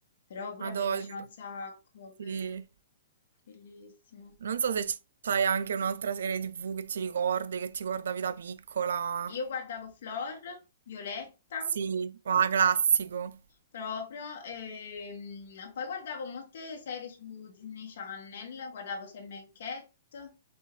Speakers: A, on the left; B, on the right.
A: Però pure
B: Madonna.
A: a me piaceva un sacco, bello,
B: Sì.
A: bellissimo.
B: Non so se c- c'hai anche un'altra serie TV che ti ricordi, che ti guardavi da piccola.
A: Io guardavo Flor, Violetta,
B: Sì, va, classico.
A: proprio. E, mm, poi guardavo molte serie su Disney Channel, guardavo Sam and Cat,